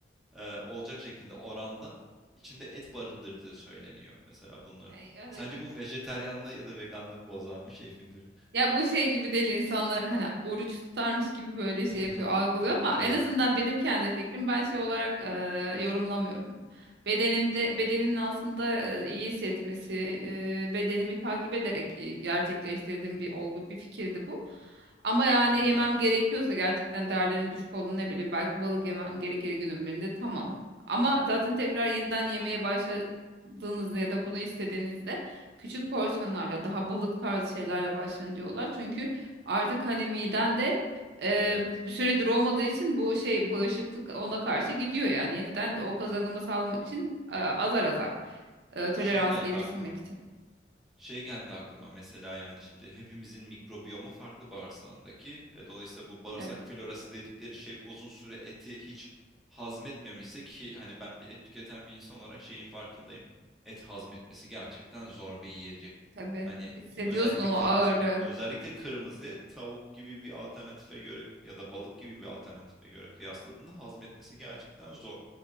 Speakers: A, in the centre; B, on the right.
A: e, olacak şekilde oranda içinde et barındırdığı söyleniyor mesela bunların.
B: Ay, ya
A: Sence
B: da kemik.
A: bu vejetaryenliği ya da veganlığı bozan bir şey midir?
B: Ya bu şey gibi değil insanlar hani oruç tutarmış gibi böyle
A: <laughs>
B: şey yapıyor, algılıyor ama
A: Evet.
B: en azından benim kendi fikrim ben şey olarak e, yorumlamıyorum. Bedenimde bedenimin aslında e, iyi hissetmesi, e, bedenimi takip ederek e, gerçekleştirdiğim bir olgu, bir fikirdi bu. Ama yani
A: Hı hı.
B: yemem gerekiyorsa gerçekten değerlerim düşük olduğunu ne bileyim belki balık yemem gerekir günün birinde tamam. Ama zaten tekrar yeniden yemeye başladığınızda ya da bunu istediğinizde küçük porsiyonlarla daha balık tarzı şeylerle başlayın diyorlar. Çünkü artık hani miden de
A: Evet.
B: bir süredir olmadığı için bu şey bağışıklık ona karşı gidiyor yani. Yeniden o kazanımı sağlamak için e, azar azar e, tolerans
A: Şey geldi
B: geliştirmek
A: aklıma.
B: için.
A: Şey geldi aklıma mesela yani şimdi hepimizin mikrobiyomu farklı bağırsağındaki. E, dolayısıyla bu bağırsak
B: Evet
A: florası dedikleri şey uzun süre eti hiç hazmetmemişse ki hani ben bir et tüketen bir insan olarak şeyin farkındayım. Et hazmetmesi gerçekten zor bir yiyecek.
B: tabii
A: Hani
B: hissediyorsun
A: özellikle
B: o
A: kırmızı
B: ağırlığı.
A: özellikle kırmızı et tavuk gibi bir alternatife göre ya da balık gibi bir alternatife göre kıyasladığında hazmetmesi gerçekten zor.